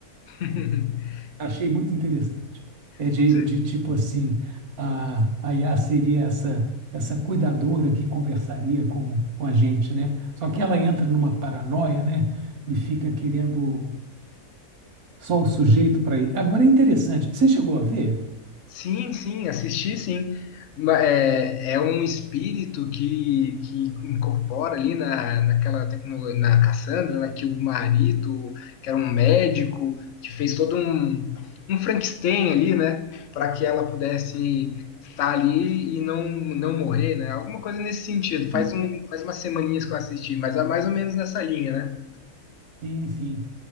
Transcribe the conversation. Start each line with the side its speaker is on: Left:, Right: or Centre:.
Left: <laughs>
Right: Achei muito interessante. É de,
Left: Você-
Right: de tipo assim, a, a IA seria essa, essa cuidadora que conversaria com, com a gente, né? Só que ela entra numa paranoia, né? e fica querendo só o sujeito para ele. Agora é interessante. Você chegou a ver?
Left: Sim, sim, assisti sim. Ma- É, é um espírito que, que incorpora ali na, naquela tecnologia, na Cassandra, né, que o marido, que era um médico, que fez todo um, um Frankenstein ali, né, para que ela pudesse estar ali e não, não morrer, né, alguma coisa nesse sentido. Faz
Right: Sim,
Left: um,
Right: é-
Left: faz umas semaninhas que eu assisti, mas é mais ou menos nessa linha, né?
Right: sim. sim.